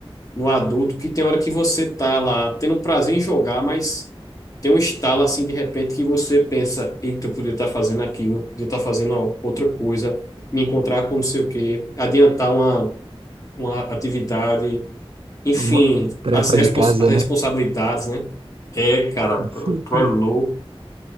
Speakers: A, on the left; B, on the right.
A: no adulto, que tem hora que você tá lá tendo prazer em jogar, mas tem um estalo assim de repente que você pensa, eita, eu podia estar fazendo aquilo, podia estar fazendo outra coisa, me encontrar com não sei o quê, adiantar uma, uma atividade, enfim,
B: Alguma tarefa
A: as, respons
B: de casa,
A: as responsabilidades,
B: né?
A: né? É, cara,
B: Com
A: tu
B: certeza.
A: tu é louco.